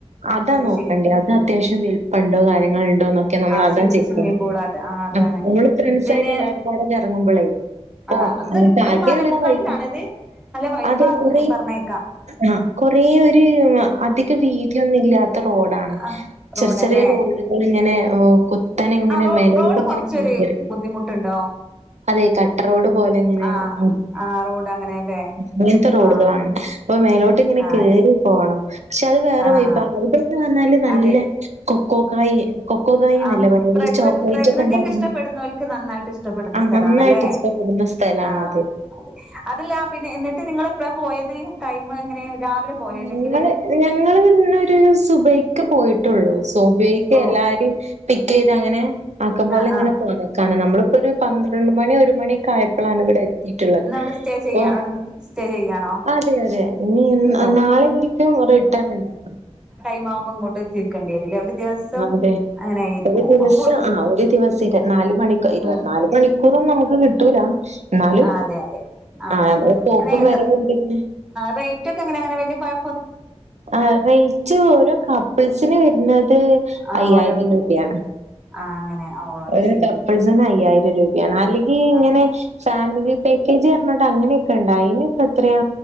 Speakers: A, on the right; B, in the centre.
A: അതാ
B: അത്
A: നോ
B: ശരി
A: അത് അത്യാവശ്യം വലിപ്പുണ്ടോ കാര്യങ്ങൾണ്ടോ ോന്നൊക്കെ നമ്മൾ
B: ആ
A: അ
B: സ്വിം
A: ചെക്ക്
B: സ്വിമ്മിംഗ് പൂൾ അത് ആ അതാണ്
A: നമ്മൾ ഫ്രണ്ട്സ്
B: പിന്നെ
A: ആയിട്ട് എല്ലാക്കും അവിൊെ ഇറങ്ങുമ്പോളേ
B: ആ
A: ഓ
B: അതൊരു
A: നക്ക് ആർക്ക
B: ഒരു മലമുകളിലാണിത്
A: ഉള്ളരു പൈപ്പ
B: നല്ല വൈബാന്ന്
A: അതെ കൊറ
B: പറഞ്ഞേക്കാം
A: ആ കൊറ ഒരു രീതിയൊന്നുമല്ലാത്ത റോഡാണ്
B: ആ
A: ചെറിയ
B: റോഡല്ലേ
A: ചെറിയ റോഡുകൾ ഇങ്ങനെ കുത്തൻ ഇങ്ങനെ
B: ആ റോ
A: മേലട്ട്
B: റോഡ്
A: ഇങ്ങനെറ
B: കുറച്ചൊരു ബുദ്ധിമുട്ടുണ്ടോ
A: അതെ കട്ടറോഡ് പോലെ അങ്ങനെ
B: ആഹ്
A: അാം
B: ആഹ് റോഡ് അങ്ങനെയല്ലേ
A: അങ്ങനത്തെ റോഡുകളാണ്
B: ആഹ്
A: അപ്പ മേലോട്ട് ഇങ്ങനെ
B: ആഹ്
A: കേറി പോണംോ പക്ഷെ അത് വേറെ
B: ആഹ്
A: വൈ ല്ല നല്ല
B: അതെ
A: കൊക്കോക്കായ കൊക്കോ കായന്നല്ലേ
B: ആഹ്
A: പറയാ
B: പ്രകൃ
A: ഈ ചോക്ലേറ്റ്
B: പ്രകൃതിയൊക്കെ
A: ഒക്കെ ഉണ്ടാക്ക
B: ഇഷ്ടപ്പെടുന്നവർക്ക് നന്നായിട്ട് ഇഷ്ടപ്പെടുന്ന
A: ആ
B: സ്ഥലമാണല്ലേ
A: നന്നായിട്ട് ഇഷ്ടപ്പെ വുന്ന സ്ഥലണ
B: ആഹ്
A: അത്
B: അതെ അതല്ല പിന്നെ എന്നിട്ട് നിങ്ങ ഇപ്പ പോയത് ടൈമ അങ്ങനെ രാവിലെ പോയോ
A: ഞങ്ങള്
B: അല്ലെങ്കില്
A: ഞങ്ങന്നരു സുബയ്ക്ക് പോയിട്ടുള്ളൂ സോപക്ക്
B: ഓ
A: എല്ലാരും പിക്ക് ചെയ്ത് അങ്ങനെ ആക്ക പോലെ
B: ആഹ്
A: ഇങ്ങനെ
B: ആഹ്
A: പോ നമ്മള് ഇപ്പൊ ഒരു പന്ത്രണ്ട് മണി ഒരു മണി ഒക്ക ആയപ്പോഴാണ് ഇവിടെ ട്ടുള്ളത്
B: ഇന്ന് അവിടെ സ്റ്റേ
A: ഇപ്പൊ
B: ചെയ്യാണോ അവിടെ സ്റ്റേ ചെയ്യാണോ
A: അതെ അതെ ഇനി
B: ഓ
A: നാളെ ആരിക്കും റിട്ടേൺ ഉണ്ടാവോ
B: വുമ്പോ ഇങ്ങോട്ട് തീർക്കേണ്ടി വരല്ലേ ഒരു ദിവസം
A: അതെ
B: അങ്ങനെ ആയിരിക്കും
A: ഒരു ദിവസം
B: ഫുഡ്
A: ആ ഒരു ദിവസം ഇ നാല മണി ഇരുപ
B: ആഹ്
A: നാല മണി കുറും നമുക്ക് കിട്ടൂല എന്നാലും
B: അതെ അതെ ആെ
A: ആഹ് നമ്മളെ പോക്കും വരവും പിന്നെ
B: റേറ്റ് ഒക്കെ എങ്ങനെ അങ്ങനെ വല
A: ആറേറ്റ് ഓരോ കപ്പിൾസിന് വരുന്നത് ത്
B: ആഹ്
A: അയ്യായിരം
B: ഒരു
A: രൂപയാണ്
B: ആഹ് അങ്ങനെ ഓ
A: ഒരു
B: ശരി
A: തപ്പൾസന അയ്യായിരം രൂപയാണ് അല്ലെങ്കിൽ ഇങ്ങനെ
B: ആഹ്
A: ഫാമിലി പാക്കേജ് പറഞ്ഞിട്ട് അങ്ങനെയൊക്കെ ഉണ്ട അയിനി ഇപ്പ എത്രയാ